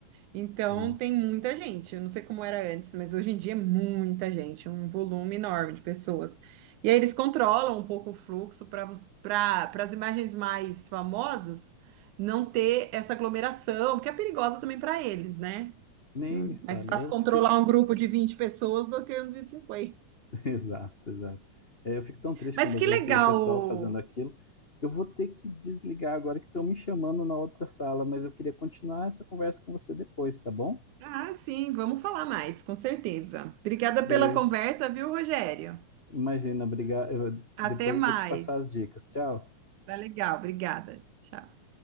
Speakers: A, on the right; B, on the left.
A: Então
B: né?
A: tem muita gente. Eu não sei como era antes, mas hoje em dia é muita gente, é um volume enorme de pessoas. E aí eles controlam um pouco o fluxo para para as imagens mais famosas não ter essa aglomeração, porque é perigosa também para eles, né?
B: Nem
A: Hum,
B: me fale.
A: Mais fácil
B: Eu
A: controlar
B: fiquei.
A: um grupo de 20 pessoas do que um de 50.
B: <laughs> Exato, exato. É, Eu fico tão triste
A: Mas
B: quando
A: que
B: eu vejo
A: legal
B: aquele pessoal fazendo aquilo. Eu vou ter que desligar agora que estão me chamando na outra sala, mas eu queria continuar essa conversa com você depois, tá bom?
A: Ah, sim, vamos falar mais, com certeza. Obrigada
B: Beleza.
A: pela conversa, viu, Rogério?
B: Imagina, obrigado. Eu-
A: Até
B: Depois
A: mais.
B: eu vou te passar as dicas. Tchau.
A: Tá legal, obrigada. Tchau.